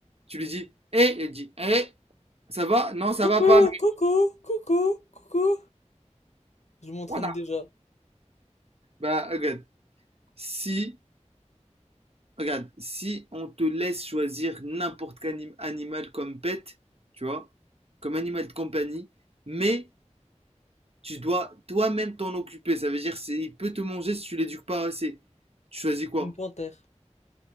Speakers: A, on the right (about 55°); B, on the left (about 70°).
A: tu lui dis, hé, il dit, hé, ça va? Non, ça
B: Coucou,
A: va pas. mais
B: coucou, coucou, coucou. Je m'entraîne
A: voilà.
B: déjà.
A: Bah regarde, si, regarde, si on te laisse choisir n'importe quel anim- animal comme pet, tu vois, comme animal de compagnie, mais Tu dois toi-même t'en occuper. Ça veut dire c'est il peut te manger si tu l'éduques pas assez. Tu choisis quoi?
B: Une panthère.